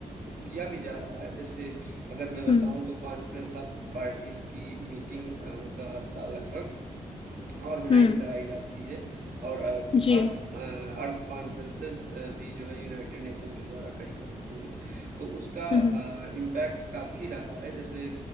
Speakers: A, on the right (about 70°); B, on the left (about 40°).
A: किया भी जा रहा है। जैसे अगर मैं बताऊँ
B: हम्म
A: तो कॉन्फ्रेंस ऑफ पार्टीज़ की मीटिंग अ, मतलब हर साल लगभग ऑर्गेनाइज
B: हम्म
A: कराई जाती है और अ,
B: जी
A: अर्थ स- अ, अर्थ कॉन्फ्रेंसेस भी जो है यूनाइटेड नेशन के द्वारा करी जाती हैं तो उसका
B: हम्म
A: इम्पैक्ट काफ़ी रहा है जैसे